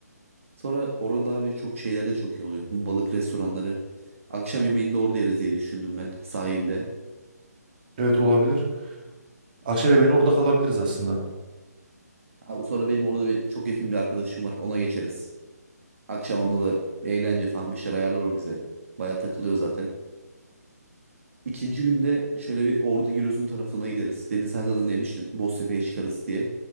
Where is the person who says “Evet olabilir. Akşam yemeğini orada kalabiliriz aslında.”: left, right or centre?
Right